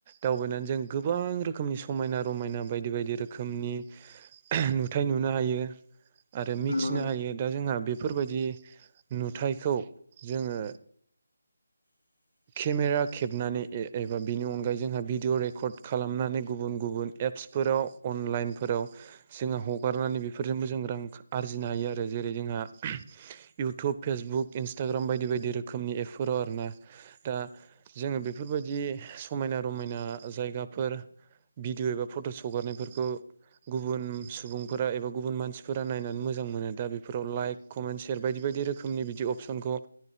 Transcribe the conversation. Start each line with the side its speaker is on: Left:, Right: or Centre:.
Right: दावबायनानै जों गोबां रोखोम समायना रायना बायदि बायदि रोखनि नुथाइ नुनो हायो आरो
Left: नंगौ
Right: मिथिनो
Left: नंगौ
Right: हायो दा जोंहा बेफोरबायदि नुथायखौ जोङो
Left: <inaudible>
Right: केमेरा खेबनानै एबा बिनि अनगायै जोंहा भिडिअ रेकर्ड खालामनानै गुबुन गुबुन एप्स फोराव अनलाइनफोराव जोङो हगारनानै बेफोरजोंबो जों रां आरजिनो हायो आरो जेरै जोंहा इउटुब फेसबुक इन्सटाग्राम बायदि बायदि रोखोमनि एपफोराव आरोना दा जोङो बेफोरबायदि समायना रमायना जायगाफोर भिडिअ' एबा फट' सगारनायफोरखौ गुबुन सुबुंफोरा एबा गुबुन मानसिफोरा नायनानै मोजां मोजां मोनो बेफोराव लाइक कमेन्ट सेयार बायदि बायदि रोखोमनि बिदि अपसनखौ